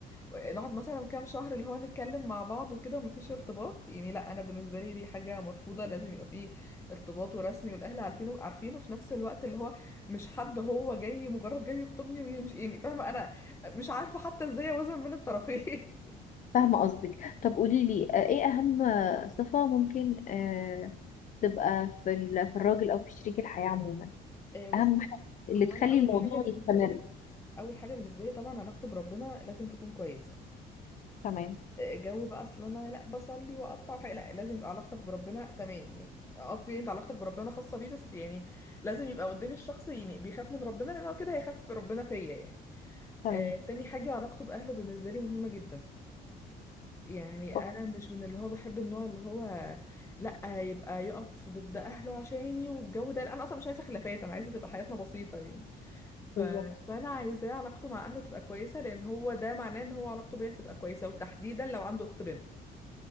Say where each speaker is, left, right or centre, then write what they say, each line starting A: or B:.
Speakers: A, on the left (about 15°); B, on the left (about 50°).
A: آه، نقعد مثلا كام شهر اللي هو نتكلم مع بعض وكده ومفيش ارتباط يعني لا انا بالنسبه لي دي حاجه مرفوضه لازم يبقى فيه ارتباط ورسمي والاهل عارفينه عارفينه في نفس الوقت اللي هو مش حد هو جاي مجرد جاي يخطبني ويمشي يعني فاهمه انا مش عارفه حتى ازاي اوازن بين الطرفين <laughs>
B: فاهمه قصدك طب قولي لي آه، ايه اهم آه، صفه ممكن آه، تبقى في ال- في الراجل او في شريك الحياه عموما
A: آه، بصي
B: اهم حاجه اللي
A: هو
B: تخلي
A: انا اول
B: الموضوع
A: حاجه بالنسبه
B: يستمر
A: لي اول حاجه بالنسبه لي طبعا علاقته بربنا لازم تكون كويسه
B: تمام
A: جو بقى اصل انا لا بصلي واقطع حاجة لا لازم يبقى علاقتك بربنا تمام يعني اوكي انت علاقتك بربنا خاصة بيه بس يعني لازم يبقى قدام الشخص يعني بيخاف من ربنا لان هو كده هيخاف ربنا فيا يعني
B: تمام
A: آه تاني حاجة علاقته بأهله بالنسبة لي مهمة جدا يعني
B: أوكي،
A: انا مش من اللي هو بحب النوع اللي هو لا يبقى يقف ضد اهله عشاني والجو ده لا انا اصلا مش عايزة خلافات انا عايزة تبقى حياتنا بسيطة يعني ف...
B: بالظبط.
A: فانا عايزاه علاقته مع اهله تبقى كويسة لان هو ده معناه ان هو علاقته بيا تبقى كويسة وتحديدا لو عنده اخت بنت